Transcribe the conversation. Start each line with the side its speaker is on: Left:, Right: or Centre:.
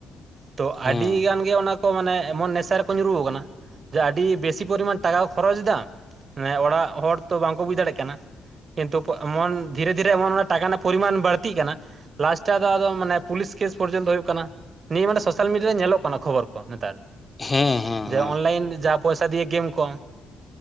Right: ᱛᱚ
Left: ᱦᱮᱸ
Right: ᱟᱹᱰᱤ ᱜᱟᱱ ᱜᱮ ᱚᱱᱟ ᱢᱟᱱᱮ ᱮᱢᱚᱱ ᱱᱮᱥᱟ ᱨᱮᱠᱚ ᱧᱩᱨᱩᱣ ᱠᱟᱱᱟ ᱡᱮ ᱟᱹᱰᱤ ᱵᱮᱥᱤ ᱯᱚᱨᱤᱢᱟᱱ ᱴᱟᱠᱟ ᱠᱚ ᱠᱷᱚᱨᱚᱪ ᱫᱟ ᱦᱮᱸ ᱚᱲᱟᱜ ᱦᱚᱲ ᱛᱚ ᱵᱟᱝᱠᱚ ᱵᱩᱡ ᱫᱟᱲᱮᱜ ᱠᱟᱱᱟ ᱠᱤᱱᱛᱩ ᱮᱢᱚᱱ ᱫᱷᱤᱨᱮ ᱫᱷᱤᱨᱮ ᱮᱢᱚᱱ ᱚᱱᱟ ᱴᱟᱠᱟ ᱨᱮᱱᱟᱜ ᱯᱚᱨᱤᱢᱟᱱ ᱵᱟᱹᱲᱛᱤᱜ ᱠᱟᱱᱟ ᱞᱟᱥᱴᱟ ᱟᱫᱚ ᱢᱟᱱᱮ ᱯᱩᱞᱤᱥ ᱠᱮᱥ ᱯᱚᱨᱡᱚᱱᱛᱚ ᱦᱳᱭᱳᱜ ᱠᱟᱱᱟ ᱱᱤᱭᱟᱹ ᱢᱟᱱᱮ ᱥᱳᱥᱟᱞ ᱢᱤᱰᱤᱭᱟ ᱨᱮ ᱧᱮᱞᱚᱜ ᱠᱟᱱᱟ ᱠᱷᱚᱵᱚᱨ ᱠᱚ ᱱᱮᱛᱟᱨ
Left: ᱦᱮᱸ ᱦᱮᱸ
Right: ᱡᱟ
Left: ᱦᱮᱸ
Right: ᱚᱱᱞᱟᱭᱤᱱ ᱡᱟ ᱯᱚᱭᱥᱟ ᱯᱚᱭᱥᱟ ᱫᱤᱭᱮ ᱜᱮᱢ ᱠᱚ